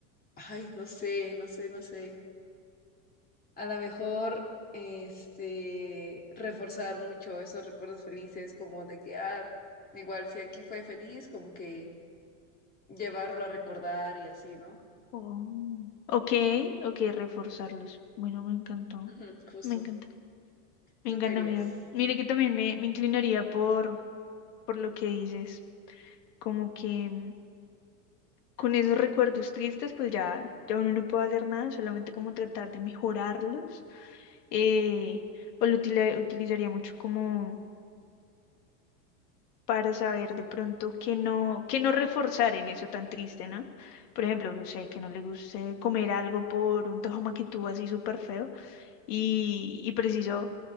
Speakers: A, on the left; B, on the left.
A: ay, no sé, no sé, no sé. A lo mejor, este, reforzar mucho esos recuerdos felices, como de que, ah, igual si aquí fue feliz, como que llevarlo a recordar y así, ¿no?
B: Oh. Ok, ok, reforzarlos. Bueno, me encantó.
A: Ujú, justo.
B: Me encanta. Me
A: Tú
B: encanta,
A: querías.
B: mira. Mire que también me, me inclinaría por, por lo que dices. Como que... Con esos recuerdos tristes, pues ya, ya uno no puede hacer nada, solamente como tratar de mejorarlos. eh, o lo utila- utilizaría mucho como para saber de pronto que no, que no reforzar en eso tan triste, ¿no? Por ejemplo, no sé, que no le guste comer algo por un tojama que tuvo así súper feo y, y preciso